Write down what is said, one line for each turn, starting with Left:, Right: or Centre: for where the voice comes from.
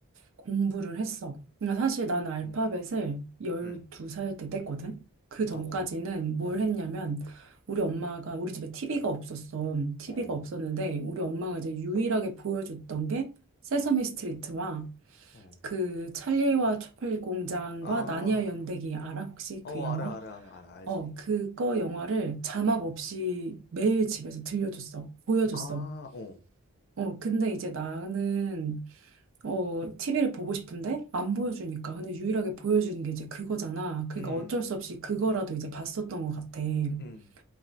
Right: 공부를 했어. 그러니까 사실 나는 알파벳을
Left: 음,
Right: 12살
Left: 음.
Right: 때 뗐거든? 그 전까지는
Left: 어,
Right: 뭘
Left: 어,
Right: 했냐면, 우리 엄마가, 우리 집에 TV가 없었어. TV가
Left: 어,
Right: 없었는데, 우리 엄마가 이제 유일하게 보여줬던 게 세서미 스트리트와
Left: 어.
Right: 그 찰리와 초콜릿 공장과
Left: 아,
Right: 나니아 연대기 알아? 혹시
Left: 어,
Right: 그 영화?
Left: 알아, 알아, 알아, 알아, 알지.
Right: 어, 그거 영화를 자막
Left: 어.
Right: 없이 매일 집에서 들려줬어. 보여줬어.
Left: 아, 어,
Right: 어, 근데 이제 나는, 어, TV를 보고 싶은데 안 보여주니까.
Left: 어.
Right: 근데 유일하게 보여주는 게 이제 그거잖아. 그러니까
Left: 음,
Right: 어쩔 수 없이 그거라도 이제 봤었던 것 같아. 근데
Left: 음,